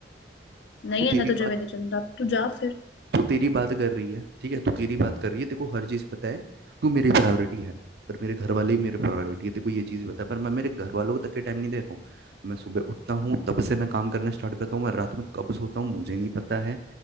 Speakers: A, on the left (about 80°); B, on the right (about 60°).
A: नहीं
B: तू
A: है
B: तेरी
A: ना तुझे
B: बात
A: मेरी चिंता अब तू जा फिर
B: तू तेरी बात कर रही है ठीक है तू तेरी बात कर रही है तेरे को हर चीज पता है तू मेरी प्रायोरिटी है पर मेरे घर वाले ही मेरे प्रायोरिटी है तेरे को ये चीज पता है पर मैं मेरे घर वालों को तक के टाइम नहीं दे रहा हूँ मैं सुबह उठता हूँ तब से मैं काम करना स्टार्ट करता हूँ मैं रात में कब सोता हूँ मुझे नहीं पता है